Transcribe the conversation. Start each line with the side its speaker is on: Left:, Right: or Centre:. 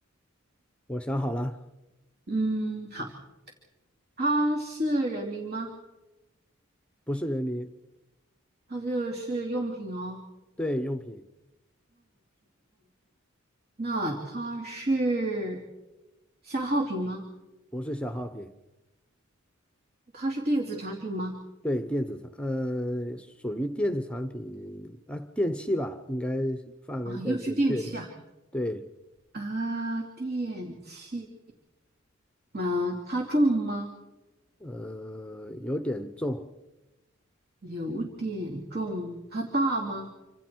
Centre: 我想好了，
Right: 嗯，好，它是人名吗？
Centre: 不是人民，
Right: 它就是用品哦。
Centre: 对用品，
Right: 那它是消耗品吗？
Centre: 不是消耗品，
Right: 它是电子产品吗？
Centre: 对电子产，呃，属于电子产品啊，电器吧，应该范围再准确一点。
Right: 啊，又是电器啊
Centre: 对，
Right: 啊，电器。啊，它重吗？
Centre: 呃，有点重，
Right: 有点重。它大吗？